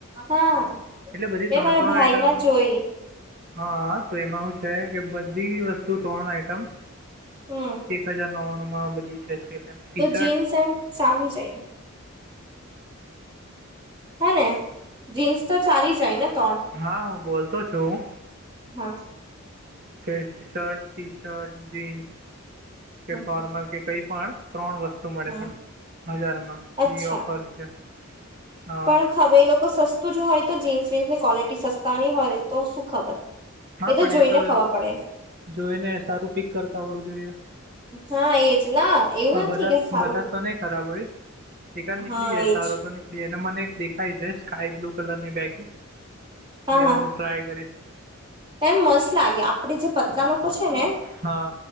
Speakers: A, on the right (about 25°); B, on the right (about 45°).
A: હા
B: એટલે બધી
A: મેં
B: ત્રણ
A: મારા
B: ત્રણ
A: ભાઈમાં
B: આઈટમ
A: જોઈ
B: હા તો એમાં શું છે કે બધી વસ્તુ ત્રણ આઈટમ
A: હમ
B: એક હજાર નવ્વાણું માં બધી છે સમ ટી
A: તો
B: શર્ટ
A: જીન્સ એમ ચાલી જાય હાને જીન્સ તો ચાલી જાય ને ત્રણ
B: હા હું બોલતો છું
A: હા
B: કે શર્ટ ટી શર્ટ જીન્સ
A: હમ
B: કે ફોર્મલ
A: હમ
B: કે કઈ પણ ત્રણ વસ્તુ મળે
A: હમ
B: પણ હજારમાં
A: અચ્છા
B: એ ઓફર છે હા
A: પણ ખબર એ લોકો સસ્તું જો હોય તો જીન્સ વીન્સની ક્વોલિટી સસ્તા નહી હોય તો શું ખબર
B: હા પણ
A: જોઈને
B: એ તો
A: ખબર પડે
B: જોઈને સારું પીક કરતા આવડું જોઈએ
A: હા એજ ના એવું
B: હા
A: નથી
B: બધા
A: કે સારું
B: બધા તો નઈ ખરાબ હોય એકાદ નીકળી
A: હા
B: જાય
A: એજ
B: સારો તો નીકળી એ અને મને એક દેખાય જ હાયે એ બ્લુ કલરની બેગ
A: હા
B: એ
A: હા
B: હું ટ્રાય કરીશ
A: એમ મસ્ત લાગે આપડે જે પતલા લોકો છે ને
B: હા